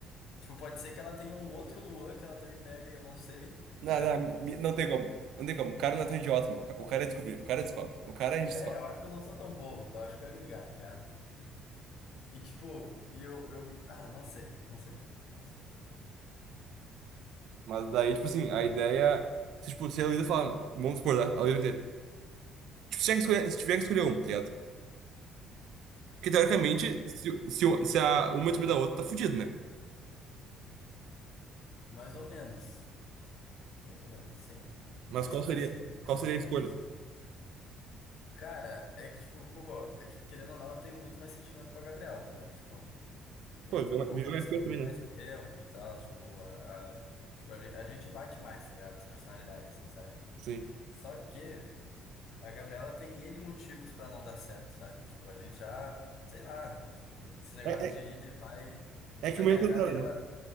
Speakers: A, on the left; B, on the right.
A: Tipo, pode ser que ela tenha um outro Luan que ela também pega e eu não sei,
B: Não,
A: tá vendo?
B: não, mi-
A: Tipo, sei
B: não tem
A: lá,
B: como.
A: meu.
B: Não tem como. O cara não é tão idiota, meu. O cara descobriu. O cara descobre. O cara a gente descobre.
A: É, eu acho que eu não sou tão bobo, eu acho que eu ia me ligar, tá ligado? E tipo, e eu, eu. Ah, não sei, não sei também, não sei.
B: Mas daí, tipo assim, a ideia. Se, tipo, se a Luísa falar, vamos supor, tá? a Luísa vai ter. Tipo, se tiver que escolher, se tiver que escolher uma, tá ligado? Porque teoricamente, se, se, um- se a uma excluir da outra, tá fudido, né?
A: Mais ou menos, mais ou menos, sim. Mais
B: Mas qual
A: pra
B: seria?
A: sim do que
B: Qual
A: mais
B: seria
A: ou
B: a escolha?
A: menos. Cara, é que tipo, pô, é que querendo ou não, eu tenho muito mais sentimento com a Gabriela, tá ligado? Tipo, que
B: Pô,
A: eu,
B: virou uma,
A: pô,
B: virou
A: conheço
B: uma escolha
A: ela há
B: também,
A: muito
B: né?
A: mais tempo e tal, tipo, a, a- tipo, a, gen- a gente bate mais, tá ligado? As personalidades, assim, sabe?
B: Sim.
A: Só que. A Gabriela tem N motivos pra não dar certo, sabe? Tipo, a gente já, sei lá, tipo, esse negócio
B: É, é,
A: de ida e vai.
B: é
A: E
B: que
A: também
B: uma já
A: a
B: tentaram,
A: Gabi,
B: né?
A: ela.